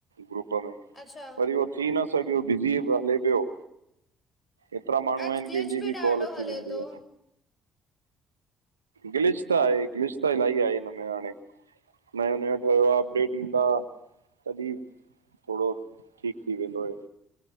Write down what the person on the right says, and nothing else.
ग्रुप में।
वरी उहो थी न सघियो बिज़ी हले पियो एतिरा माण्हू
आहिनि
कंहिंजी बि
कॉल अची
वेंदी
आ। गिलिश त आहे गिलिश त इलाही आहे हिन में हाणे। नयो नयो ठहियो आहे अपडेट ईंदा तॾहिं थोरो ठीक थी वेंदो आहे